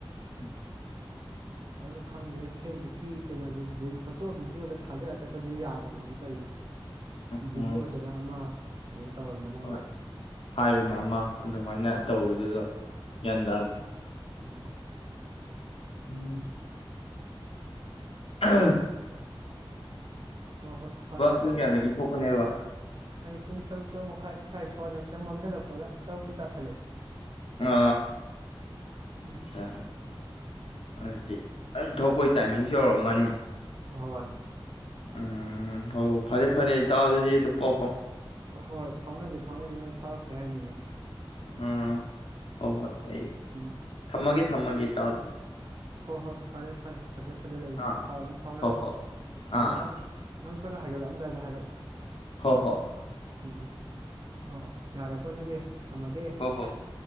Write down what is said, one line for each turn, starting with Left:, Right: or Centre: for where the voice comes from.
Left: ꯎꯝ
Right: ꯑꯗꯨ ꯈꯪꯗ꯭ꯦꯅꯦ ꯐꯦꯁꯕꯨꯛꯀꯤ ꯀꯩꯅꯣꯁꯦ ꯐꯣꯇꯣ ꯚꯤꯗꯤꯑꯣꯗ ꯊꯥꯖꯔ ꯆꯠꯄꯁꯤꯁꯨ ꯌꯥꯗꯕꯅꯦꯕ ꯇꯧꯔꯤꯁꯦ
Left: ꯎꯝ
Right: ꯕꯤꯖꯨꯗꯅ ꯑꯃ ꯑꯗꯩ ꯇꯧꯔꯝꯕꯅ
Left: ꯍꯣꯏ
Right: ꯑꯃ
Left: ꯍꯥꯏꯕꯅ ꯑꯃ ꯑꯗꯨꯃꯥꯏꯅ ꯇꯧꯕꯗꯨꯗꯣ
Right: ꯎꯝ
Left: ꯒ꯭ꯌꯥꯟ ꯇꯥꯗꯦ
Right: ꯎ
Left: ꯎꯝ ꯑ
Right: ꯑ ꯍꯣꯏ ꯍꯣꯏ ꯐꯔꯦ ꯐꯔꯦ
Left: ꯄꯨꯡ ꯀꯌꯥꯗꯒꯤ ꯊꯣꯛꯄꯅꯦꯕ
Right: ꯑꯩ ꯄꯨꯡ ꯇꯔꯨꯛ ꯇꯔꯨꯛ ꯃꯈꯥꯏ ꯁ꯭ꯋꯥꯏꯗ ꯊꯣꯛꯑ ꯈꯤꯆꯪ ꯃꯝꯁꯤꯜꯂꯛꯄꯒ ꯇꯔꯨꯛꯇꯤ ꯇꯥꯁꯜꯂꯛꯑꯦ
Left: ꯑ
Right: ꯎꯝ
Left: ꯑꯆꯥ ꯑꯗꯨꯗꯤ ꯑꯪ ꯊꯣꯛꯄꯒꯤ ꯇꯥꯏꯃꯤꯡꯁ ꯌꯧꯔꯝꯃꯅꯤ
Right: ꯍꯣꯏ
Left: ꯎꯝ ꯍꯣ ꯐꯔꯦ ꯐꯔꯦ ꯇꯥꯎꯗꯗꯤ ꯑꯗꯨꯝ ꯄ
Right: ꯍꯣꯏ ꯐꯥꯎꯅꯁꯤ ꯐꯥꯎꯅꯁꯤ ꯅꯣꯏ ꯐꯥꯔꯛꯀ ꯀ ꯍꯥꯏꯅꯤꯅꯦ
Left: ꯎꯝ ꯍꯣꯏ ꯍꯣꯏ ꯑꯩ
Right: ꯎꯝ
Left: ꯊꯝꯃꯒꯦ ꯅꯃꯒ ꯇꯥꯎ
Right: ꯍꯣꯏ ꯍꯣꯏ ꯐꯔꯦ ꯐꯔꯦ ꯐꯖ ꯐꯖ ꯂꯩꯌꯦ
Left: ꯑꯥ
Right: ꯄꯥꯎ ꯑꯗꯨꯝ ꯐꯥꯎꯅꯔꯁꯤ
Left: ꯍꯣ ꯍꯣ ꯑꯥ
Right: ꯍꯣꯏ ꯅꯪ ꯅꯪ ꯁꯝꯅ ꯍꯥꯏꯒꯠꯂꯛꯑꯝꯗꯥꯏꯗ ꯍꯥꯏꯔꯛꯑꯣ
Left: ꯍ ꯍꯣ ꯍ
Right: ꯎꯝ ꯎꯝ ꯍꯣꯏ ꯍꯣꯏ ꯌꯥꯔꯦꯀꯣ ꯑꯗꯨꯗꯤ ꯊꯝꯃꯒꯦ
Left: ꯍꯣ ꯍꯣ